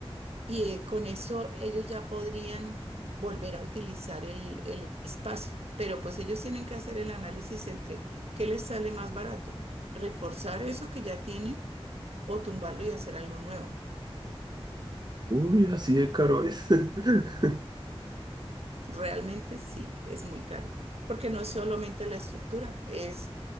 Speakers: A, on the right; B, on the right.
A: y eh, con eso ellos ya podrían volver a utilizar el, el espacio. Pero pues ellos tienen que hacer el análisis entre qué les sale más barato, reforzar eso que ya tienen o tumbarlo y hacer algo nuevo.
B: Uy, así de caro es. <laughs>
A: Realmente sí, es muy caro, porque no es solamente la estructura, es